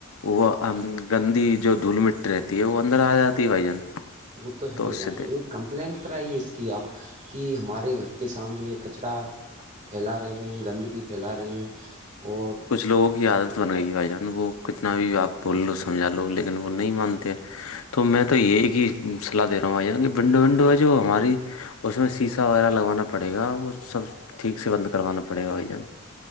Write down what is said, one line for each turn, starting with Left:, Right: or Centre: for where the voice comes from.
Left: وہ ہم گندی جو دھول مٹی رہتی ہے وہ اندر آ جاتی ہے بھائی جان
Right: وہ تو ہیں بھائی
Left: اس
Right: جان
Left: سے
Right: کمپلینٹ کرائیے اس کی آپ کہ ہمارے گھر کے سامنے کچرا پھیلا رہے ہیں گندگی پھیلا رہے ہیں اور
Left: لوگ ہی آیاد بن گئی بھ جان وہ کتنا بھی آپ بول لو سمجھا لو لیکن وہ نہیں مانتے تو میں تو یہی ہی سلاح دے رہا ہوں آ ار ونڈو ونڈو ہے جو ہماری اس میں سیسا وغیرہ لگوانا پڑے گا وہ سب ٹھیک سے بند کرانا پڑے گا بھائی جان